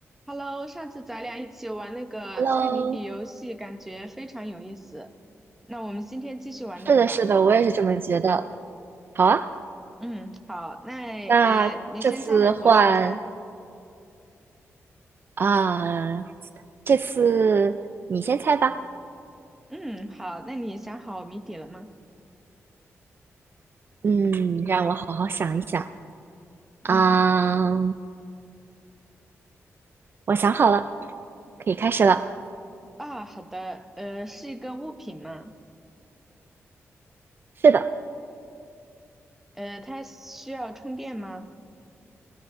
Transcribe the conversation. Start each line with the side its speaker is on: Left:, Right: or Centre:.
Centre: Hello，上次咱俩一起玩那个猜谜底游戏，
Right: Hello，
Centre: 感觉非常有意思。那我们今天继续玩那个吧。
Right: 是的，是的，我也是这么觉得。好啊，
Centre: 嗯，好，那呃，
Right: 那这次换
Centre: 你先猜还是我先猜？
Right: 啊，这次你先猜吧。
Centre: 嗯，好，那你想好谜底了吗？
Right: 嗯，让我好好想一想
Centre: 嗯，
Right: 啊，我想好了，可以开始了。
Centre: 啊，好的，呃，是一个物品吗？
Right: 是的，
Centre: 呃，它需要充电吗？